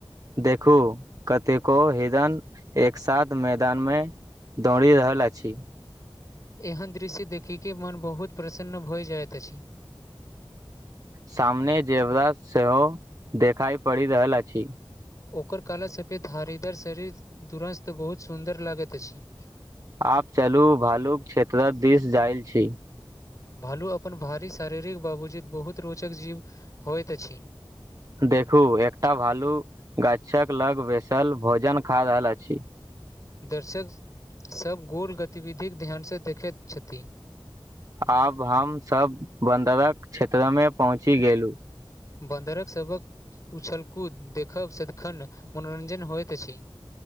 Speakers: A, on the right; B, on the left.
A: देखू कतेको हिरण एक साथ मैदान में दौड़ रहल अछी
B: एहन दृश्य देखिके मन बहुत प्रसन्न भइ जाइत अछि
A: सामने जेबला सेहो देखाइ पड़ि रहल अछि
B: ओकर कला सफेद धारीदर शरीर दुरस्त बहुत सुन्दर लागैत अछि
A: आब चलू भालूक क्षेत्रक दिस जायल छी
B: भालू अपन भारी शारीरिक बाबजूद बहुत रोचक जीव होइत अछि
A: देखू एकटा भालू गाछक लग बसल भोजन खा रहल अछि
B: दर्शक सभ गूढ़ गतिविधिक ध्यानसँ देखैत छथि
A: आब हमसभ बन्दरक क्षेत्रमे पहुँचि गेलहुँ
B: बन्दरक सभक उछलकूद देखब सदखन मनोरञ्जन होइत अछि